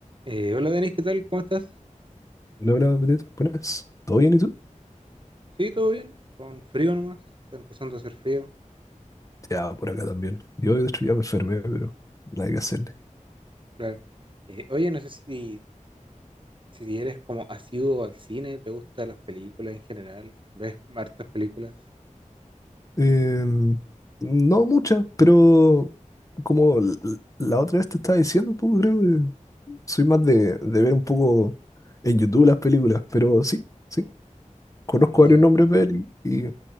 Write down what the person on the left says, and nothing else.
No, hola, Petito, buenas. ¿Todo bien y tú?
Ya, por acá también. Yo, de hecho, ya me enfermé, pero nada que hacerle.
Em, no mucha, pero como l- la otra vez te estaba diciendo un poco, creo que soy más de, de ver un poco en YouTube las películas, pero sí, sí, conozco
varios nombres de peli y